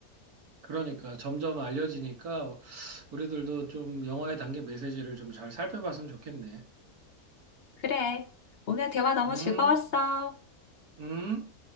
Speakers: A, on the right (about 85°); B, on the left (about 55°).
A: 그러니까 점점 알려지니까 우리들도 좀 영화에 담긴 메시지를 좀 잘 살펴봤으면 좋겠네.
B: 그래. 오늘 대화 너무
A: 음,
B: 즐거웠어.
A: 음.